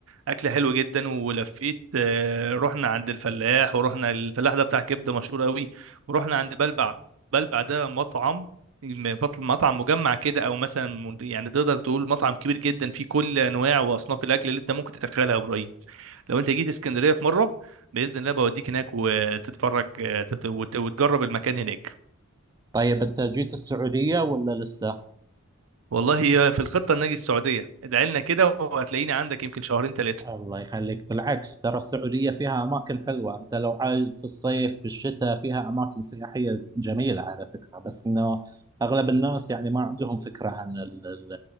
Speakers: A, on the right; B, on the right.
A: اكل حلو جدا ولفيت آه، رحنا عند الفلاح ورحنا الفلاح ده بتاع كبده مشهور قوي ورحنا عند بلبع بلبع ده مطعم بطل مطعم مجمع كده او مثلا من- يعني تقدر تقول مطعم كبير جدا فيه كل انواع واصناف الاكل اللي انت ممكن تتخيلها يا ابراهيم لو انت جيت اسكندريه في مره باذن الله بوديك هناك وتتفرج آه، تت- وت- وتجرب المكان هناك
B: طيب أنت جيت السعودية ولا لسه
A: والله هي في الخطة ان اجي السعودية ادعي لنا كده وهتلاقيني عندك يمكن شهرين ثلاثة
B: الله يخليك بالعكس ترى السعودية فيها أماكن حلوة أنت لو عايز في الصيف في الشتاء فيها أماكن سياحية جميلة على فكرة بس إنه أغلب الناس يعني ما عندهم فكرة عن ال ال